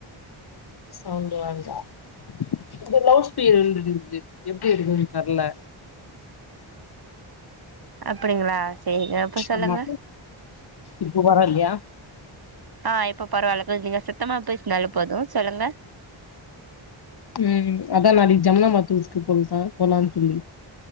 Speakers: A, on the left (about 50°); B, on the right (about 50°).
A: சவுண்டு வருதா இந்த லவுட் ஸ்பீக்கர் விழுந்துருச்சி எப்டி எடுக்றதுனு தெர்ல
B: அப்டிங்களா சேரிங்க இப்ப சொல்லுங்க
A: ஆமா இப்ப பரவால்லையா
B: ஆன் இப்போ பரவாயில்ல கொஞ்சோ நீங்க சத்தமா பேசுனாலே போதும் சொல்லுங்க
A: ம் அதா நாளைக்கு ஜம்னா மாத்தூர்க்கு போல போலான்னு சொல்லி